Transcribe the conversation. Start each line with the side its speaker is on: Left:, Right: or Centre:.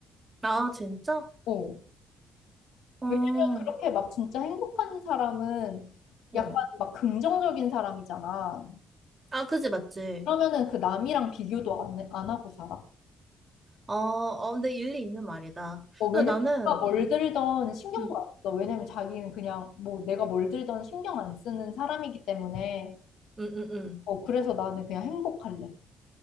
Right: 아, 진짜?
Left: 어.
Right: 어,
Left: 왜냐면 그렇게 막 진짜 행복한 사람은
Right: 응.
Left: 약간 막 긍정적인 사람이잖아.
Right: 아, 그지, 맞지.
Left: 그러면은 그 남이랑 비교도 안, 해- 안 하고 살아.
Right: 어, 어, 근데 일리 있는 말이다.
Left: 어, 왜냐면
Right: 근데 나는,
Left: 내가 뭘 들던 신경도
Right: 응,
Left: 안 써. 왜냐면 자기는 그냥 뭐 내가 뭘 들던 신경 안 쓰는 사람이기 때문에
Right: 응, 응, 응.
Left: 어, 그래서 나는 그냥 행복할래.